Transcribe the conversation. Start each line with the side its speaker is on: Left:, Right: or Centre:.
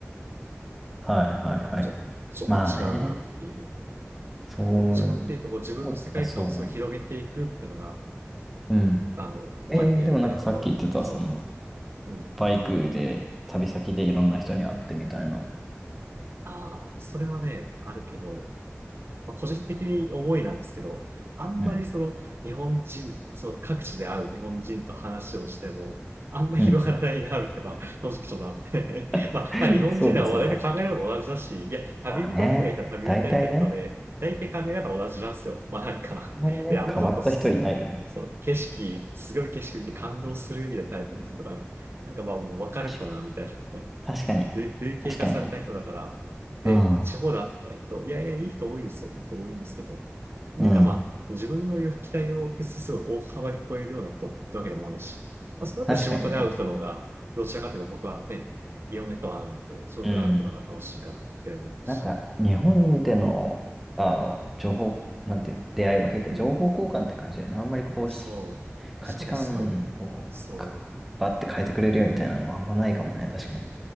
Centre: はいはいはい。
Right: なんかちょ、ちょっと違うなっていう、
Centre: まあね。そう、
Right: どっちかっていうとこう自分の世界観をそう広げていくっていうのが、
Centre: じうじゃそうだね。うん。
Right: あの、
Centre: えー、
Right: バイクでやりたいこと、
Centre: でもなんかさっき言ってた、
Right: そ
Centre: その、
Right: う。うん
Centre: バイクで旅先でいろんな人に会ってみたいな。
Right: ああ、それはね、あるけど、まあ個人的に思いなんですけど、あんまりその日本人、
Centre: うん。
Right: その各地で会う日本人と話をしても、あんま広がらないな、
Centre: うん。
Right: みたいな、正直ちょっとあって。<laughs>
Centre: <laughs>
Right: まあ、まあ、日本人では大体考え方も同じだし、
Centre: そうかそうか。
Right: いや、旅人みたいな人は旅人みたいな人で、
Centre: まあね、大体ね、
Right: 大体考え方同じなんですよ。まあなんか、
Centre: あんまりね、
Right: <laughs> で、あんまちょっとす、
Centre: 変わった人いないよね。
Right: そう、景色、すごい景色見て感動するみたいなタイプの人とかね、
Centre: わかる
Right: なんかまあもうわかるかな、
Centre: 確かに。
Right: みたいな。
Centre: 確かに。
Right: 類、類型化された人だから、
Centre: 確かにね
Right: で、
Centre: うん。
Right: 地方だった人、いやいや、いい人多いですよ。いい人多いんですけど、なんかまあ、
Centre: うん。
Right: 自分の期待を指数を大幅に超えるような人ってわけでもあるし、まあ、そうだったら仕事で会う人の方が、
Centre: 確かにね。
Right: どちらかというと僕はね、いろんな人が会うんで、仕事で会うのが楽しいからっていうのもあるし、
Centre: うん。なんか、日本での、あの、情報、なんていう、出会いは結構情報交換って感じだよね。
Right: うん。
Centre: あんまりこうし、
Right: そう。
Centre: 価値観をかバッて変えてくれるよみたいなのはあんまないかもね。
Right: しかもすごい、そう、うん。
Centre: 確かに。